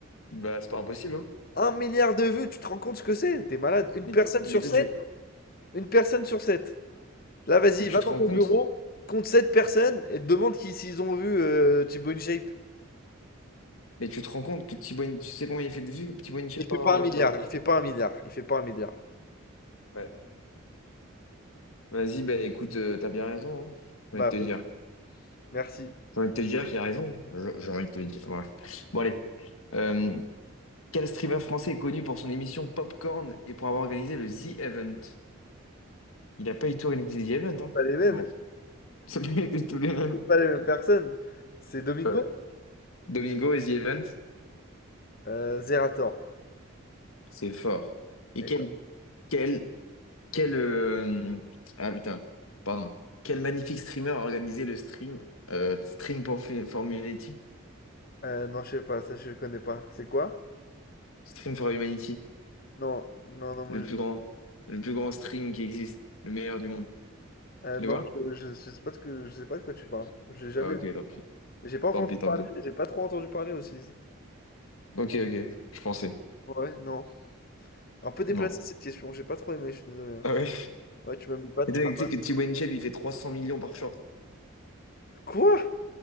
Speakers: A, on the left (about 80°); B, on the left (about 45°).
A: Bah, c'est pas impossible, hein.
B: Un milliard de vues, tu te rends compte ce que c'est? T'es malade. Une
A: Mais,
B: personne sur
A: mais, toi,
B: sept?
A: tu-
B: Une personne sur sept. Là, vas-y,
A: mais tu
B: va
A: te
B: dans
A: rends
B: ton
A: compte?
B: bureau, compte sept personnes et te demande qui, s'ils ont vu euh, Thibaut InShape.
A: Mais tu te rends compte que Thibaut In- Tu sais combien il a fait de vues, Thibaut InShape
B: Il
A: par,
B: fait pas
A: euh,
B: un milliard,
A: par.
B: il fait pas un milliard, il fait pas un milliard.
A: Ouais. Vas-y, bah écoute, euh, t'as bien raison, hein.
B: Bah
A: J'ai envie de te
B: ouais,
A: dire.
B: merci.
A: J'ai envie de te dire qu'il a raison. hein. J'ai j'ai envie de te dire. Ouais. Bon, allez. euh, Quel streamer français est connu pour son émission Popcorn et pour avoir organisé le The Event? Il n'a pas du tout organisé The Event,
B: C'est
A: hein?
B: Pas les mêmes,
A: Mais Bon,
B: <laughs>
A: <laughs> ça peut être tous les mêmes.
B: c'est pas les mêmes personnes. C'est Domingo?
A: Ouais. Domingo et The Event,
B: Euh, Zerator.
A: c'est fort. Et
B: Eh,
A: quel, quel, quel, euh, ah putain, pardon. Quel magnifique streamer a organisé le stream, euh, Stream for, for Humanity?
B: euh, non, je sais pas, ça je le connais pas. C'est quoi?
A: Stream for Humanity,
B: Non, non, non, moi
A: le
B: je...
A: plus grand, le plus grand stream qui existe, le meilleur du monde.
B: euh,
A: Tu
B: non,
A: le vois?
B: je, je- je sais pas de ce que je sais pas de quoi tu parles. J'ai jamais
A: Ah ok,
B: vu.
A: tant pis,
B: J'ai pas entendu
A: tant pis, tant
B: parler,
A: pis.
B: j'ai pas trop entendu parler aussi.
A: Ok, ok, je pensais.
B: Ouais, non. Un peu déplacée
A: Non.
B: cette question, j'ai pas trop aimé, je suis désolé. hein.
A: Ah ouais?
B: Ouais, tu m'aimes pas, tu
A: Et tu sais
B: vois.
A: tu sais que T-Boy il fait 300 millions par short.
B: Quoi?